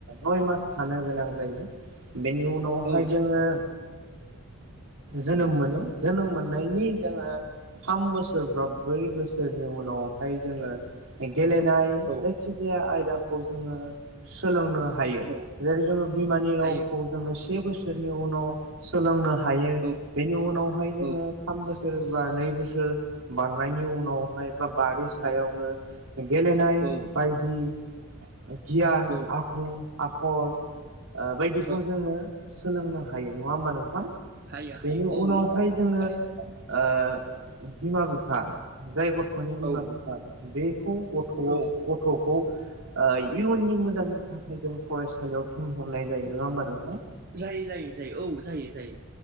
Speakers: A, on the right; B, on the right.
A: नय मास थानो गोनां जायो । बेनि उनाव
B: औ
A: हाय जोङो जोनोम मोनो जोनोम मोन नायनि जोङो थाम बोसोर बा ब्रै बोसोरनि उनाव हाय जोङो खेन गेलेनाय
B: औ
A: जायखिजाया आयदाखौ जोङो सोलोंनो हायो
B: औ
A: जेरै जोङो बिमानि रावखौ
B: हायो
A: जोङो से बोसो सोरनि उनाव सोलोंनो हा हायो
B: औ
A: बेनि उनाव हाय जोङो
B: औ
A: थाम बोसो बा नै बोसोर बारनायनि उनावहाय बा-बारि सायावनो गेलेनाय
B: औ
A: बायदि गियान
B: औ
A: आखु आख खल ओ बायदिखौ
B: औ
A: जोङो सोलोंनो हायो नङा होमबा नोंथां
B: हायो हायो
A: बेनि
B: औ
A: उनावहाय
B: नंगौ
A: जोङो
B: थारैनो
A: ओ बिमा बिफा जाय गथ थ'नि बिमा
B: औ
A: बिफा बे खौ गथ-गथखौ
B: औ
A: ओ इयुननि मोजांनि थाखाय जों फरायसालियाव थोनहरनाय जायो नङा होमबा नोंथाङा
B: जायो जायो जायो औ जायो जायो